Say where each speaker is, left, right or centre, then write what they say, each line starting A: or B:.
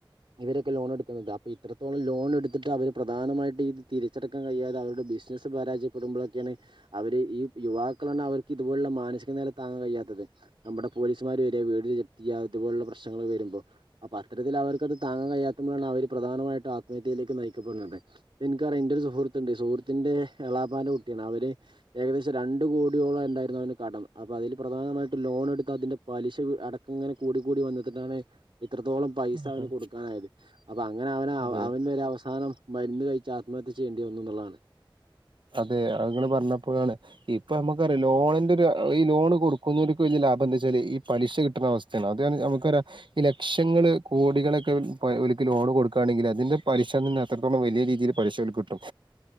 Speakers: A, on the right; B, on the right.
A: ഇവരൊക്കെ ലോൺ എടുക്കുന്നത്. അപ്പൊ ഇത്രത്തോളം ലോൺ എടുത്തിട്ട് അവര് പ്രധാനമായി ഇത് തിരിച്ചടക്കാൻ കഴിയാത അവരുടെ ബിസിനസ്സ് പരാജയപ്പെടുമ്പളൊക്കെയാണ് അവര് ഈ യുവാക്കളാണ് അവർക്ക് ഇതുപോലുള്ള മാനസികനില താങ്ങൻ കഴിയാത്തത്. നമ്മുടെ പോലീസ്മാര് വരിക വീട് ജപ്തി ചെയ്ക ഇതുപോലുള്ള പ്രശ്നങ്ങൾ വരുമ്പോ. അപ്പൊ അത്തരത്തിൽ അവർക്കത് താങ്ങാ കഴിയാത്തപ്പഴാണ് അവര് പ്രധാനമായിട്ടും ആത്മഹത്യയിലേക്ക് നയിക്കപ്പെടുന്നത്. എനിക്കറിയണെന്റെ ഒരു സുഹൃത്തുണ്ട്. സുഹൃത്തിന്റെ.. എളാപ്പാന്റെ കുട്ടിയാണ്, അവര് ഏകദേശം രണ്ട് കോടിയോളം ആയിരുന്ന് അവന് കടം. അപ്പ അതിൽ പ്രധാനമായിട്ട് ലോൺ എടുത്ത് അതിന്റെ പലിശ അടക്കം ഇങ്ങനെ കൂടി കൂടി വന്നിട്ടാണ് എത്രത്തോളം പൈസ
B: അതെ
A: അവന് കൊടുക്കാനായത്. അപ്പൊ അങ്ങനെ അവന്...
B: അതെ
A: അവനൊര് അവസാനം മരുന്ന് കഴി ച്ചാത്മഹത്യ ചെയ്യേണ്ടി വന്നൂന്നുള്ളതാണ്.
B: അതെ... അതുങ്ങള് പറഞ്ഞപ്പോഴാണ്. ഇപ്പൊ നമ്മുക്കറിയാം ലോണിന്റൊരു.. ഈ ലോൺ കൊടുക്കുന്നവരിക്ക് ഇതില അതെന്താച്ചാല്.. ഈ പലിശ കിട്ടുന്ന അവസ്ഥയാണ്. അത് നമുക്കറിയാം.. ഈ ലക്ഷങ്ങള് കോടികളൊക്കെ പ ക്ക്‌ ലോണ് കൊടുക്കയാണെങ്കില് അതിന്റെ പലശ തന്നെ എത്രത്തോളം വലിയ രീതിയില് പലിശവർക്ക്‌ കിട്ടും